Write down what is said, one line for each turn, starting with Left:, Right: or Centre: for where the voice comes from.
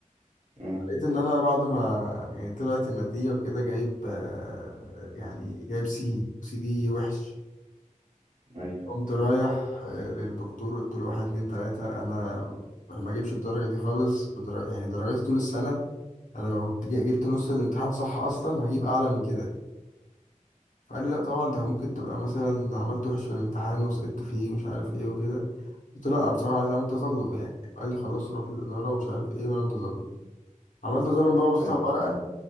Right: اه
Left: لقيت ان انا بعد ما يعني طلعت النتيجة وكده جايب آه، يعني جايب سي سي دي وحش
Right: ايوه
Left: قمت رايح آه، للدكتور قلت له واحد اتنين تلاتة انا ما اجيبش الدرجة دي خالص بدر... يعني درجاتي طول السنة انا لو كنت جا- جبت نص الامتحان صح اصلا هجيب اعلى من كده فقال لي لا طبعا ده ممكن تبقى مثلا عملت وحش في الامتحان وسقطت فيه ومش عارف ايه وكده قلت له لا بصراحة عايز اعمل تظلم يعني قال لي خلاص روح للإدارة ومش عارف ايه واعمل تظلم عملت تظلم بقى وبصيت
Right: حلو
Left: على الورقة